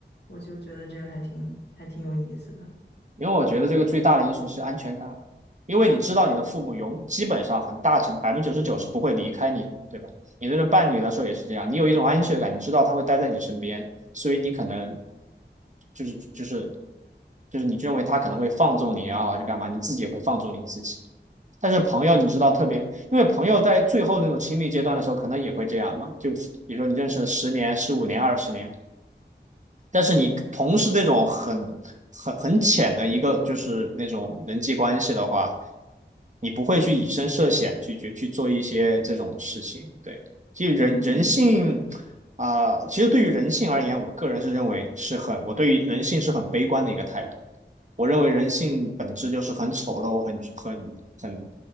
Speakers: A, on the left; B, on the right.
A: 我就觉得这个还挺还挺有意思的。
B: 因为我觉得这个最大的因素是安全感因为你知道你的父母永基本上很大程百分之九十九是不会离开你对吧？你这个伴侣的时候也是这样，你有一种安全感，你知道他会待在你身边，所以你可能就是就是就是你认为他可能会放纵你啊，就干嘛？你自己也会放纵你自己。但是朋友，你知道特别，因为朋友在最后那种亲密阶段的时候，可能也会这样嘛。就比如说你认识了十年、十五年、二十年，但是你同时这种很很很浅的一个就是那种人际关系的话，你不会去以身涉险去去去做一些这种事情。对，其实人人性
A: 嗯，
B: 啊、呃其实对于人性而言，我个人是认为是很，我对于人性是很悲观的一个态度。我认为人性本质就是很丑陋、很很很